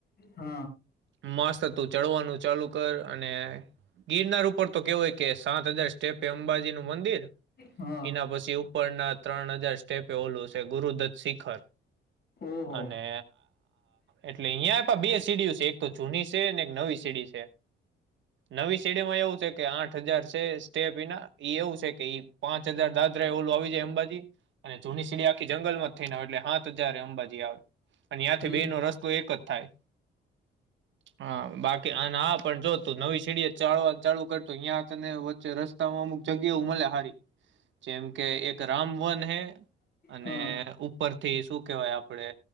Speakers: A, on the left; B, on the right.
A: હા <inaudible>
B: મસ્ત તું ચડવાનું ચાલુ કર અને ગિરનાર ઉપર તો કેવ હોય કે સાત હજાર સ્ટેપે અંબાજી નું મંદિર
A: હા.
B: એના પછી ઉપરના ત્રણ હજાર સ્ટેપે ઓલું છે ગુરુદત્ત શિખર.
A: ઓહો
B: અને એટલે અહિયાં પણ બે સીડીુ છે એક તો જૂની છે એક નવી સીડી છે નવી સીડીમાં એવું છે કે આઠ હજાર છે. ીના <unintelligible> એ એવું છે કે પાંચ હજાર દાદરા એ ઓલું આવી જાય અંબાજી અને જૂની સીડી આખી જંગલમાં થઈને આવે એટલે સાત હજાર અંબાજી આવે. અને આયાંથી
A: હમ
B: બે નો રસ્તો એક જ થાય હ બાકી આ હ પણ જો તો નવી સેડી ચાલવા ચાલુ કરતો અહં તને વચ્ચે રસ્તામાં અમુકગ્યા મળે હારી. જેમ કે એક રામ વન હે અને
A: હા
B: ઉપરથી શું કેહેવાય આપડે